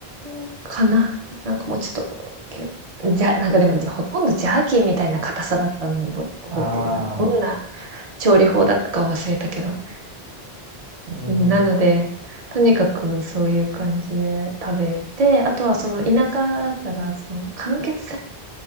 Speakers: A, on the right; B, on the right.
A: ん、かな。なんかもうちょっと、きゅじゃ、なんかでもじゃほとんどジャーキーみたいな硬さだったのを覚え覚えてるな。
B: ああ、
A: どんな調理法だったか忘れたけど。
B: ええ
A: うん、なので、とにかくそういう感じで食べて、あとはその田舎だったら、その間欠